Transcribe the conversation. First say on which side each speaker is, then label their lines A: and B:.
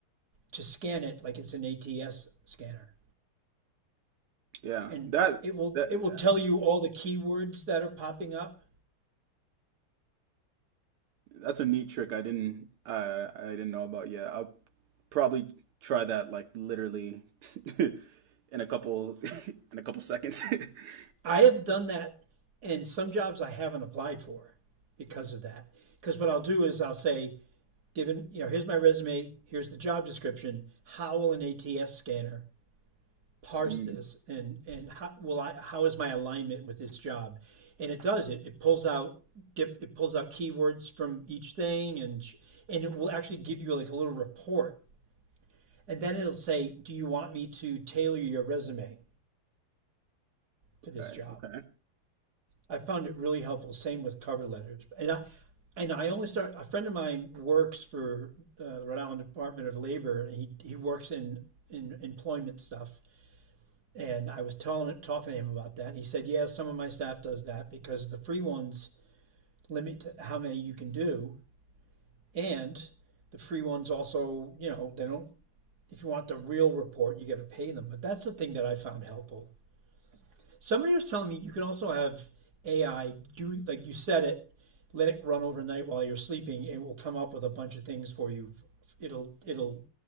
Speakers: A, on the right; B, on the right.
A: to scan it like it's an ats scanner
B: yeah,
A: and
B: that
A: it will
B: that
A: it will tell you all the keywords that are popping up.
B: That's a neat trick I didn't I I didn't know about yet. I'll probably try that like literally <laughs> in a couple <laughs> in a couple seconds. <laughs>
A: I have done that and some jobs I haven't applied for because of that. Because what I'll do is I'll say, given you know, here's my resume, here's the job description. How will an ATS scanner parse
B: Mm,
A: this, and and how will I? How is my alignment with this job? And it does it. It pulls out dip. It pulls out keywords from each thing, and and it will actually give you like a little report And then it'll say, Do you want me to tailor your resume for this
B: Right.
A: job?
B: Okay.
A: I found it really helpful. Same with cover letters. And I, and I only start, a friend of mine works for uh, the Rhode Island Department of Labor, and he, he works in, in employment stuff. And I was telling, talking to him about that, and he said, Yeah, some of my staff does that because the free ones limit how many you can do. And the free ones also, you know, they don't, if you want the real report, you got to pay them. But that's the thing that I found helpful Somebody was telling me you can also have AI do like you set it, let it run overnight while you're sleeping, and it will come up with a bunch of things for you. It'll it'll